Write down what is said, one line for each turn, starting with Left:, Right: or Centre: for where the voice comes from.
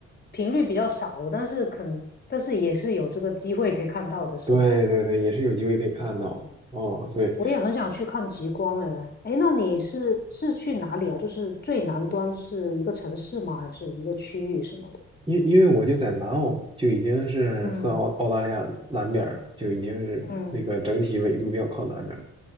Left: 频率比较少，但是肯但是也是有这个机会可以看到的，是吧？
Right: 对对对，也是有机会可以看到哦。
Left: 哇哦，
Right: 对，
Left: 我也很想去看极光哎，哎，那你是是去哪里啊？就是最南端是一个城市吗？还是一个区域什么的？
Right: 因因为我就在南澳嘛，就已经是算澳澳大利亚南边儿了，
Left: 嗯
Right: 就已经是那个整体纬度比较靠南边儿了。
Left: 嗯